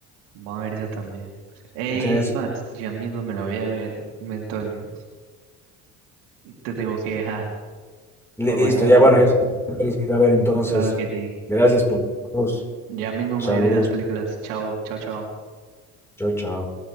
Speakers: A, on the right; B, in the centre.
A: Vamos a ver esa también. ¡Ey,
B: O sea,
A: es
B: es-
A: más! Ya mismo me la voy a ver, Antonio. Te tengo que dejar.
B: Listo,
A: Pero Vamos a ir a
B: ya
A: ver
B: bueno,
A: esa.
B: ya se puede a ver entonces.
A: Claro que sí.
B: Gracias por todos.
A: Ya mismo
B: Saludos.
A: me veré esas películas. Chao, chao, chao.
B: Chao, chao.